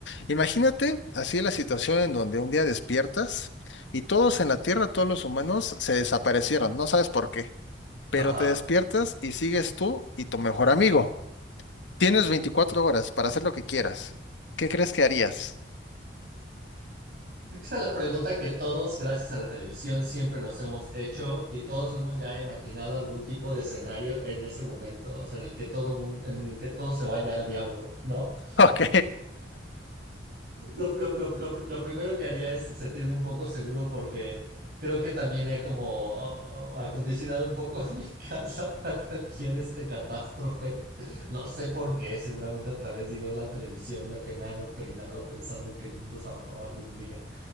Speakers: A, on the left (about 85°); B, on the right (about 55°).
A: Imagínate así la situación en donde un día despiertas y todos en la Tierra, todos los humanos, se desaparecieron, no sabes por qué, pero
B: Ajá.
A: te despiertas y sigues tú y tu mejor amigo. Tienes 24 horas para hacer lo que quieras. ¿Qué crees que harías? <laughs>
B: Creo que Esa es la pregunta que todos, gracias a la televisión, siempre nos hemos hecho y todos hemos ya imaginado algún tipo de escenario en ese momento, o sea, en el que todo mundo, en el que todo se vaya al diablo, ¿no?
A: Ok,
B: Lo, lo- lo- lo- lo primero que haría es sentirme un poco seguro porque creo que también he como oh, oh, acondicionado un poco <laughs> mi casa para cualquier este catástrofe. No sé por qué, seguramente otra vez digo, es la televisión la que me ha adoctrinado pensando en que el mundo se va a acabar algún día.